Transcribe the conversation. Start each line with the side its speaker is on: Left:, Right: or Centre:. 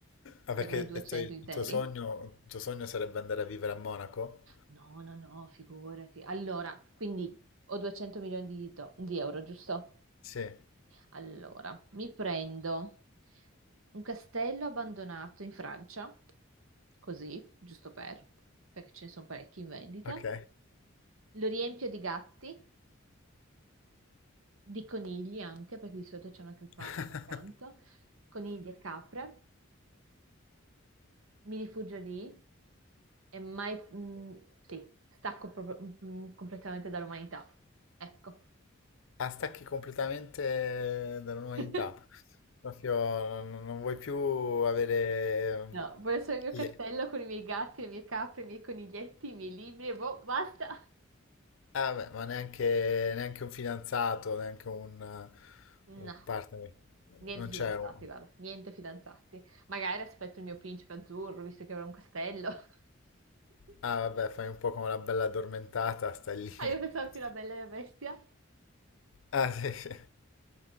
Left: Ah, perché
Right: Servono i 200
Left: il tuo, il
Right: interi.
Left: tuo sogno, il tuo sogno sarebbe andare a vivere a Monaco?
Right: No, no, no, figurati. Allora, quindi ho 200 milioni di, do- di euro, giusto?
Left: Sì,
Right: Allora, mi prendo un castello abbandonato in Francia, così, giusto per, perché ce ne sono parecchi in vendita.
Left: ok.
Right: Lo riempio di gatti, di conigli anche, perché di solito c'è anche il parco
Left: <laughs>
Right: accanto, conigli e capre. Mi rifugio lì e mai, mm, sì, stacco proprio, mm, mm, completamente dall'umanità. Ecco.
Left: Ah, stacchi completamente dall'umanità.
Right: <laughs>
Left: Proprio non, non vuoi più avere
Right: No, voglio solo il mio
Left: le,
Right: castello con i miei gatti, le mie capre, i miei coniglietti, i miei libri e boh, basta.
Left: Ah, beh, ma neanche, neanche un fidanzato, neanche un,
Right: No,
Left: un partner.
Right: niente
Left: Non
Right: fidanzati,
Left: c'è un...
Right: guarda, niente fidanzati. Magari aspetto il mio principe azzurro, visto che avrà un castello. <laughs>
Left: Ah, vabbè, fai un po' come la bella addormentata, stai lì.
Right: Ah, io pensavo
Left: <laughs>
Right: più la bella e la bestia.
Left: Ah, sì, sì.